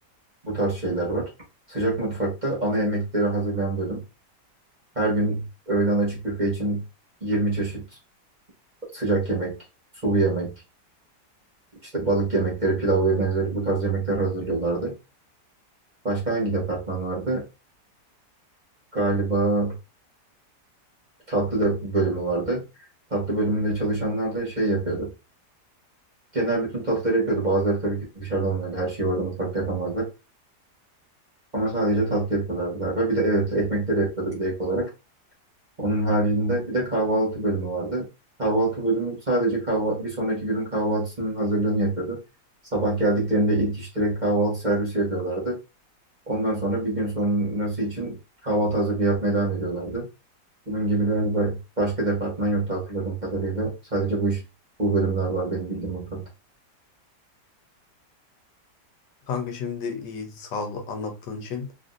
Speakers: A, on the right; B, on the left.
A: Bu tarz şeyler var. Sıcak mutfakta ana yemekleri hazırlayan bölüm. Her gün öğlen açık büfe için 20 çeşit sıcak yemek, sulu yemek, işte balık yemekleri, pilav ve benzeri bu tarz yemekler hazırlıyorlardı. Başka hangi departman vardı? Galiba tatlı da bölümü vardı. Tatlı bölümünde çalışanlar da şey yapıyordu. Genel bütün tatlıları yapıyordu. Bazıları tabii ki dışarıdan alıyordu. Her şeyi orada mutfakta yapamazdı. Ama sadece tatlı yapıyorlardı galiba. Bir de evet ekmekleri yapıyordu bir de ek olarak. Onun haricinde bir de kahvaltı bölümü vardı. Kahvaltı bölümü sadece kahva bir sonraki günün kahvaltısının hazırlığını yapıyordu. Sabah geldiklerinde ilk iş direkt kahvaltı servisi yapıyorlardı. Ondan sonra bir gün sonrası için kahvaltı hazırlığı yapmaya devam ediyorlardı. Bunun gibi galiba başka departman yoktu hatırladığım kadarıyla. Sadece bu iş, bu bölümler var benim bildiğim mutfakta.
B: Kanka şimdi iyi sağ ol anlattığın için.